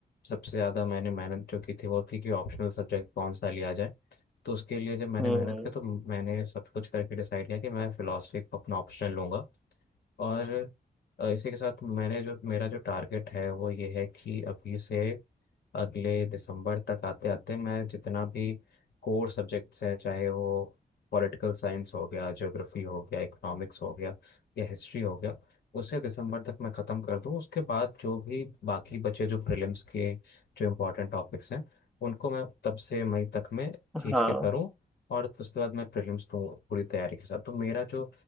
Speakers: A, on the left; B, in the centre.
A: सबसे ज़्यादा मैंने मेहनत जो की थी वो थी कि ऑप्शनल सब्जेक्ट कौन सा लिया जाए तो उसके लिए जब मैंने
B: हम्म
A: मेहनत
B: हम्म
A: की तो मैंने सब कुछ करके डिसाइड किया कि मैं फ़िलासफ़ी को अपना ऑप्शनल लूँगा और अ, इसी के साथ मैंने जो मेरा जो टारगेट है वो ये है कि अभी से अगले दिसंबर तक आते आते मैं जितना भी कोर सब्जेक्ट्स हैं चाहे वो पॉलिटिकल साइंस हो गया ज्योग्राफी हो गया इकोनॉमिक्स हो गया या हिस्ट्री हो गया उसे दिसंबर तक मैं ख़त्म कर दूं उसके बाद जो भी बाकी बचे जो प्रीलिम्स के जो इम्पोर्टेंट टॉपिक्स हैं उनको मैं तब से मई तक में
B: हाँ
A: खींच के करूं और उसके बाद मैं प्रीलिम्स दूं पूरी तैयारी के साथ तो मेरा जो